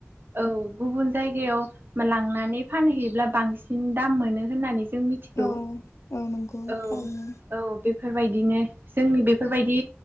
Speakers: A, on the right (about 45°); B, on the left (about 85°).
A: औ गुबुन जायगायाव लांनानै फानहैयोब्ला बांसिन दाम मोनो होननानै ज जों मिथिगौ
B: औ औ नंगौ
A: औ।
B: थारैनो
A: औ बेफोरबायदिनो जोंनि बेफोरबायदि